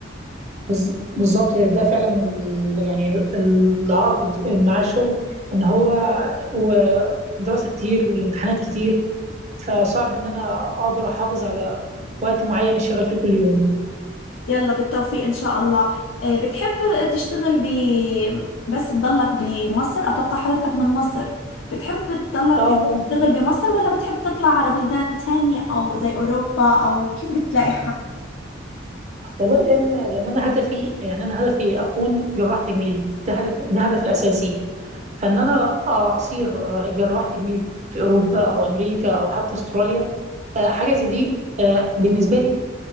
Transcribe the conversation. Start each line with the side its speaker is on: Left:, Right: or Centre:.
Right: بز- بالظبط يعني ده فعلا ال- يعني ال- العائق مع الشغل ان هو ودراسه كتير والامتحانات كتير فصعب ان انا اقدر احافظ على وقت معين اشتغل فيه كل يوم
Left: يلا بالتوفيق ان شاء الله آه، بتحب تشتغل ب بس تضلك بمصر اتوقع حضرتك من مصر بتحب تضلك
Right: اه
Left: ب- تشتغل بمصر ولا بتحب تطلع على بلدان تانية او زي اوروبا او كيف بتلاقي
Right: والله لان لان انا هدفي يعني انا هدفي اكون جراح تجميل ده هدف ده هدف الاساسي فان انا اصير جراح تجميل في اوروبا او امريكا او حتى استراليا آه، حاجه زي دي آه، بالنسبه لي